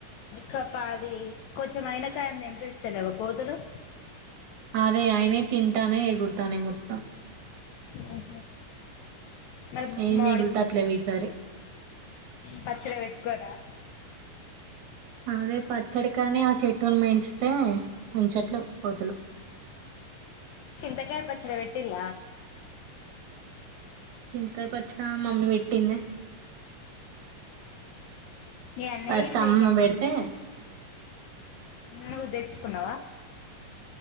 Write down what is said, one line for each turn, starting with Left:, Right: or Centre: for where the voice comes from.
Left: కాపా అది కొంచెం అయినా కాయంది ఎంపి ఇస్తేలేో కోతులు
Right: అదే ఆయనే తింటానే ఎగురుతానే మొత్తం
Left: ఓహ మరి
Right: ఏం
Left: మడి
Right: మిగులుతట్లేవు ఈసారి
Left: పచ్చడి వట్కోరా
Right: అదే పచ్చడి కానీ ఆ చెట్టుని మేయించితే ఉంచట్లే కోతులు
Left: చింతకాయ పచ్చడి పెట్టిలా
Right: చింతకాయ పచ్చడి మమ్మీ పెట్టింది
Left: మీ అన్నయ
Right: ఫస్ట్
Left: ఇట్లా
Right: అమ్మమ్మ
Left: ఇ
Right: పెడితే
Left: నువ్వు తెచ్చుకున్నావా